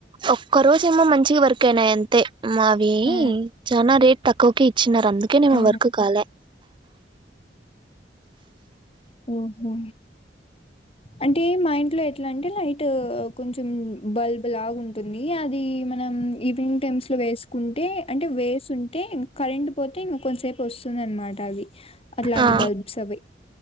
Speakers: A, on the right; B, on the left.
A: ఒక్కరు రోజేమో మంచిగా వర్క్ అయినాయి అంతే అవి
B: ఆ
A: చానా రేట్ తక్కువకి ఇ ఇచ్చినరు అందుకే నేమో
B: ఆ
A: వర్క్ కాలే
B: ఓహో అంటే మా ఇంట్లో ఎట్లా అంటే లైట్ కొంచెం బల్బ్ లాగా ఉంటు ది అది మా మనం ఈవినింగ్ టైమ్స్లో వేసుకుంటే అంటే వేసు ఉంటే కరెంట్ పోతే ఇంక కొంతసేపు వస్తుంది అనమాట అవి అట్లాంటి
A: ఆ
B: బల్బ్స్ అవి